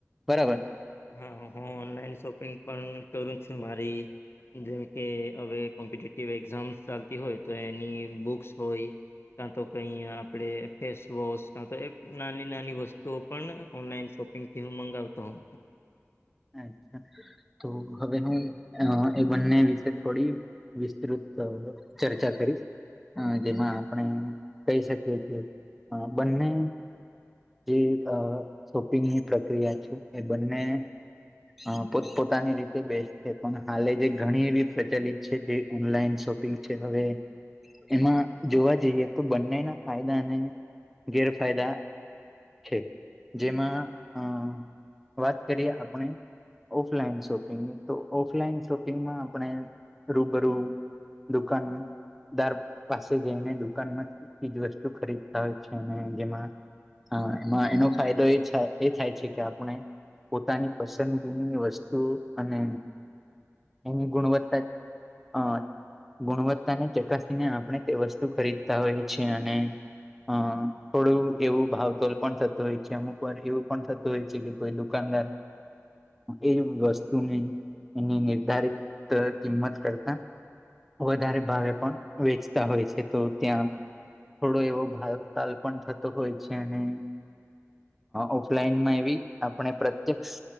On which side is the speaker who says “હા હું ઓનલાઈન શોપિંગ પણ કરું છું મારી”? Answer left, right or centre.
Left